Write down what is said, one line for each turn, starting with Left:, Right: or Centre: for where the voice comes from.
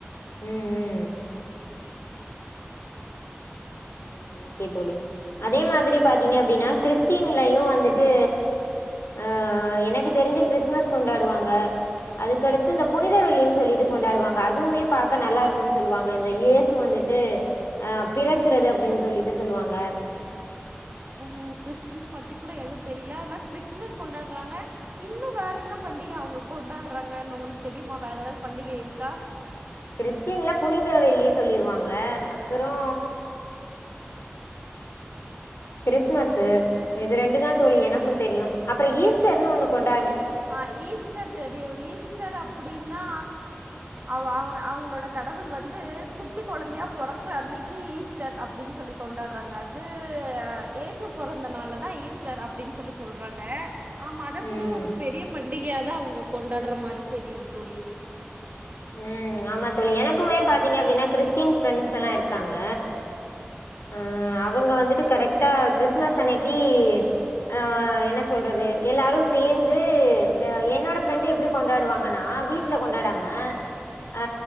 Left: ம் ம் ம் ஓகே தோழி அதே மாரி பாத்திங்க அப்டினா கிறிஸ்டின்லையு வந்துட்டு அ எனக்கு தெரிஞ்சு கிறிஸ்மஸ் கொண்டாடுவாங்க அதுக்கடுத்து இந்த புனித வெள்ளின் சொல்லிட்டு கொண்டாடுவாங்க அதுவுமே பாக்க நல்லாருக்குன்னு சொல்லுவாங்க இந்த இயேசு வந்துட்டு அ பிற க்கறது அப்டின் சொல்லிட்டு சொல்லுவாங்க
Right: ஆ கிறிஸ்டின்ஸ் பத்தி கூட எது தெரில ஆனா கிறிஸ்மஸ் கொண்டாடுறாங்க இன்னு வேற என்ன பண்டிக அவங்க கொண்டாடுறாங்கனு உங்களுக்கு தெரியுமா வேற ஏதாது பண்டிகை இருக்கா
Left: கிறிஸ்டின்ல புனித வெள்ளி சொல்லிருவாங்க அப்றோ கிறிஸ்துமஸ் இது ரெண்டு தா தோழி எனக்கு தெரியும் அப்றோ ஈஸ்டர்னு ஒண்ணு கொண்
Right: ஆ ஈஸ்டர் தெரியு ஈஸ்டர் அப்டின்னா அவ அவ அவங்களோட கடவுள் வந்து குட்டி கொழந்தையா பொறக்குற அன்னைக்கி ஈஸ்டர் அப்டின்னு சொல்லி கொண்டாட்றாங்க அது அ ஏசு பொறந்தனாலதா ஈஸ்டர் அப்டின்னு சொல்லி சொல்றாங்க ஆமா அத
Left: ம்
Right: கூட ஒரு பண்டிகையாதா அவ்ங்க கொண்டாடுற மாரி தெரியுது தோழி
Left: ம் ஆமா தோழி எனக்குமே பாத்தீங்க அப்படின்னா கிறிஸ்டின் ஃப்ரெண்ட்ஸ் எல்லா இருக்காங்க ஆ அவங்க வந்துட்டு கரெக்டா கிறிஸ்மஸ் அன்னைக் க்கி ஆ என்ன சொல்றது எல்லாரு சேந்து என்னோட ஃரெண்ட எப்டி கொண்டாடுவாங்கன்னா வீட்டுல கொண்டாடாம ஆ